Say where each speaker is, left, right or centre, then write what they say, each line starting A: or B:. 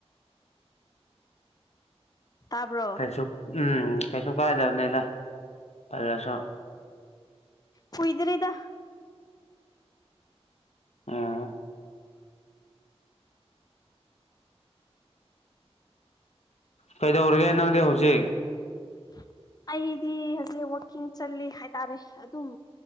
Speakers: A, on the left; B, on the left.
A: ꯇꯥꯕ꯭ꯔꯣ
B: ꯀꯩꯁꯨ ꯎꯝ ꯀꯩꯁꯨ ꯀꯥꯏꯗꯕꯅꯤꯗ ꯄꯜꯂꯁꯨ
A: ꯀꯨꯏꯗꯔꯤꯗ
B: ꯑꯥ ꯀꯩꯗꯧꯔꯒꯦ ꯅꯪꯗꯤ ꯍꯧꯖꯤꯛ
A: <inaudible> ꯑꯩꯗꯤ ꯍꯧꯖꯤꯛ ꯋꯥꯛꯀꯤꯡ ꯆꯜꯂꯤ ꯍꯥꯏꯇꯥꯔꯦ ꯑꯗꯨꯝ